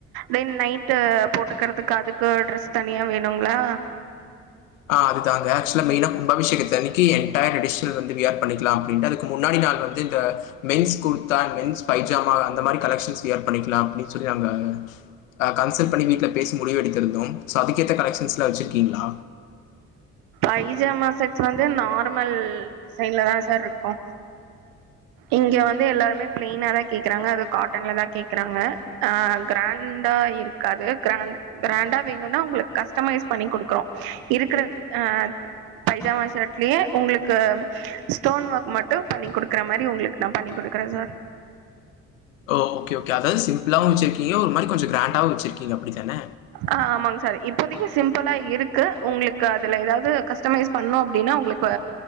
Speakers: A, on the right; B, on the left.
A: தென் நைட்டு போட்டுக்கறத்துக்கு அதுக்கு டிரெஸ் தனியா வேணுங்ளா
B: ஆ அதுதாங்க ஆக்சுலா மெய்னா கும்பாபிஷேகத்தன்னிக்கி என்டைர் டிரடிஷ்னல் வந்து வியர் பண்ணிக்லா அப்டின்ட்டு அதுக்கு முன்னாடி நாள் வந்து இந்த மென்ஸ் குர்த்தா மென்ஸ் பைஜாமா அந்த மாரி கலெக்ஷன்ஸ் வியர் பண்ணிக்லா அப்டின் சொல்லி நாங்க அ கன்சல்ட் பண்ணி வீட்ல பேசி முடிவு எடுத்திருந்தோ ஸோ அதுக்கேத்த கலெக்ஷன்ஸ்லா வச்சுருக்கீங்ளா
A: பைஜாமா செட்ஸ் வந்து நார்மல் டிசைன்ல தா சார்ருக்கு இங்க வந்து எல்லாருமே பிளைன்னாதா கேக்குறாங்க அது காட்டன்ல தா கேக்குறாங்க ஆ கிராண்டா இருக்காது கிராண்டு கிராண்டா வேணுனா உங்குளுக்கு கஸ்டமைஸ் பண்ணிக் குடுக்குறோ இருக்குற ஆ பைஜாமா ஷேட்லியே உங்ளுக்கு ஸ்டோன் ஒர்க் மட்டு பண்ணிக் குடுக்குற மாரி உங்ளுக்கு நா பண்ணிக் குடுக்கறே சார்
B: ஒ ஓகே ஓகே அதாவது சிம்ப்ளாவு ஒரு செக்கிங் ஒரு மாரி கொஞ்சோ கிராண்டாவு செக்கிங் அப்டித்தான
A: அ ஆமாங்க சார் இப்போதைக்கு சிம்பளா இருக்கு உங்ளு க்கு அதுல ஏதாவது கஸ்டமைஸ் பண்ணோ அப்டின்னா உங்களுக்கு